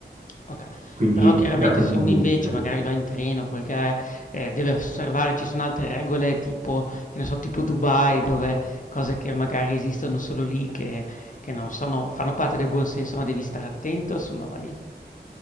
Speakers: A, on the left; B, on the right.
A: Oka
B: Quindi
A: però chiaramente
B: da quel
A: se
B: punto
A: uno invece
B: di vista lì.
A: magari va in treno, quel che è, ehm, deve osservare ci sono altre regole tipo che ne so, tipo Dubai dove cose che magari esistono solo lì che che non sono fanno parte del buon senso, ma devi stare attento se uno va lì.